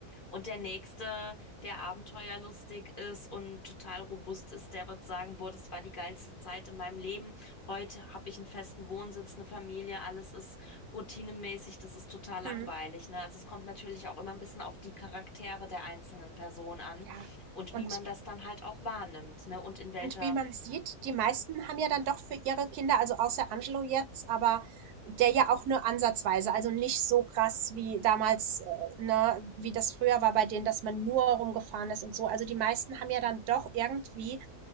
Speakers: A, on the left; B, on the right.
A: Und der Nächste, der abenteuerlustig ist und total robust ist, der wird sagen, boah, das war die geilste Zeit in meinem Leben. Heute habe ich einen festen Wohnsitz, eine Familie, alles ist routinemäßig, das ist total langweilig,
B: Mhm.
A: ne? Also es kommt natürlich auch immer ein bisschen auf die Charaktere der einzelnen Person an
B: Ja.
A: und
B: Und
A: wie man das dann halt auch wahrnimmt, ne? Und in welcher,
B: Und wie man sieht, die meisten haben ja dann doch für ihre Kinder, also außer Angelo jetzt, aber der ja auch nur ansatzweise, also nicht so krass wie damals, äh, ne, wie das früher war bei denen, dass man nur rumgefahren ist und so. Also die meisten haben ja dann doch irgendwie